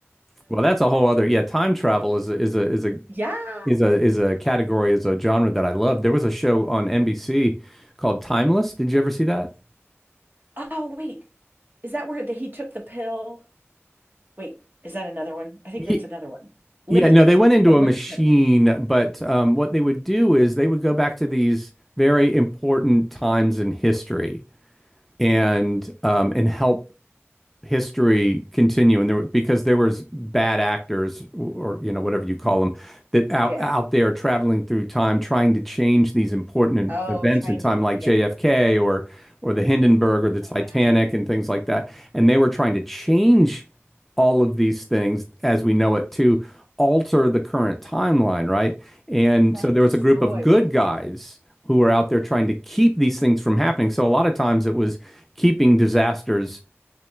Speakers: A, in the centre; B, on the right.
A: well, that's a whole other, yeah, time travel is a, is a is a
B: Yeah.
A: is a is a category, is a genre that I love. There was a show on NBC called Timeless. Did you ever see that?
B: Oh, wait. Is that where the, he took the pill? Wait, is that another one? I think
A: Ye-
B: that's another one. Limitless.
A: Yeah, no, they went
B: I think
A: into
B: I'm
A: a
B: limit,
A: machine,
B: limitless.
A: but um, what they would do is they would go back to these very important times in history and um, and help history continue and there because there was bad actors or you know whatever you call them that out
B: Yeah.
A: out there traveling through time trying to change these important
B: Oh,
A: events
B: trying
A: in time
B: to,
A: like
B: yeah.
A: JFK or or the Hindenburg or the Titanic
B: Oh, wow.
A: and things like that and they were trying to change all of these things as we know it to alter the current timeline right and
B: If that
A: so
B: could
A: there
B: destroy
A: was a group of good
B: what,
A: guys
B: what's
A: who were out there trying to keep these things from happening so a lot of times it was keeping disasters